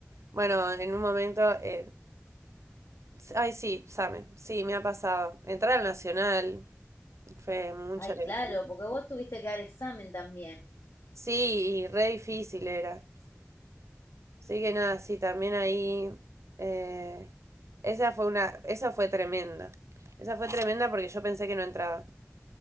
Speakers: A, on the right (about 85°); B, on the left (about 85°).
A: Bueno, en un momento, eh, ay, sí, examen, sí, me ha pasado. Entrar al Nacional fue mucha
B: Ay,
A: alegría.
B: claro, porque vos tuviste que dar examen también.
A: Sí, y re difícil era. Así que nada, sí, también ahí, eh, esa fue una, esa fue tremenda. Esa fue tremenda porque yo pensé que no entraba.